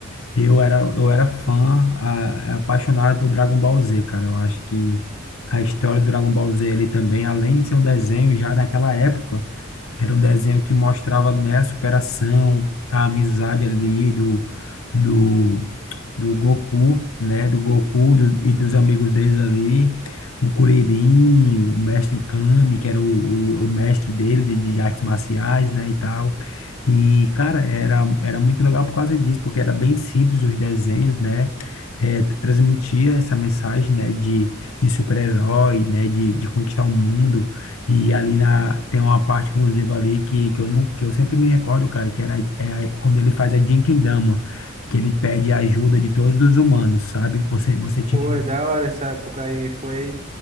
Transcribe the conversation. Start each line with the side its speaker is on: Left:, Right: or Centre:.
Left: eu era, eu era fã, a- apaixonado por Dragon Ball Z, cara, eu acho que a história do Dragon Ball Z ali também, além de ser um desenho, já naquela época, era um desenho que mostrava, né, a superação, a amizade ali do, do, do Goku, né, do Goku do- e dos amigos deles ali, o Kuririn, o Mestre Kami, que era o, o, o mestre dele de, de artes marciais, né, e tal. E, cara, era, era muito legal por causa disso, porque era bem simples os desenhos, né, é, transmitia essa mensagem, né, de, de super-herói, né, de, de conquistar o mundo, e ali na, tem uma parte, inclusive, ali que, que, eu não, que eu sempre me recordo, cara, que era é, a- quando ele faz a Genkidama, que ele pede a ajuda de todos os humanos, sabe? Você, você tinha
Right: Pô,
Left: que,
Right: é da hora essa época aí, foi.